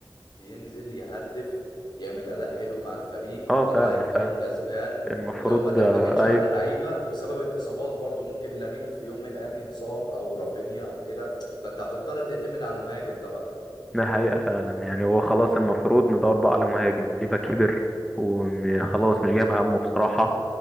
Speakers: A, on the left (about 65°); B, in the centre.
A: بينزل يهدف يعمل أداء حلو مع الفريق
B: اه
A: يطلع
B: فعلا
A: الفريق
B: فعلا
A: كسبان
B: المفروض
A: اللي هو ما تعتمدش
B: آه،
A: على
B: ايوه
A: لعيبة بسبب الإصابات برضو ممكن لامين في يوم من الأيام يتصاب أو رافينيا أو كده فانت هتضطر تعتمد على المهاجم ده بقى
B: ده حقيقة فعلا يعني هو خلاص المفروض ندور بقى على مهاجم ليفا كبر وخلاص مش جايب همه بصراحة